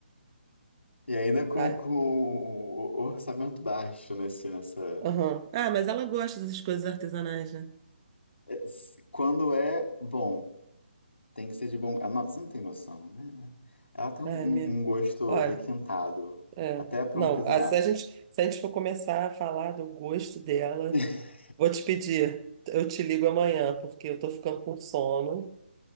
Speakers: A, on the left (about 85°); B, on the right (about 30°).
A: E ainda com,
B: Ai,
A: com o o orçamento baixo nesse, nessa...
B: aham. Ah, mas ela gosta dessas coisas artesanais, né?
A: é, se- Quando é bom. Tem que ser de bom. Ah, não, Você não tem noção, né? Ela tem
B: Ai,
A: um,
B: minha...
A: um um gosto
B: Olha,
A: requintado,
B: é.
A: até pro
B: Não,
A: artesanal.
B: a- se a gente, se a gente for começar a falar do gosto dela,
A: <laughs>
B: vou te pedir, eu te ligo amanhã, porque eu tô ficando com sono,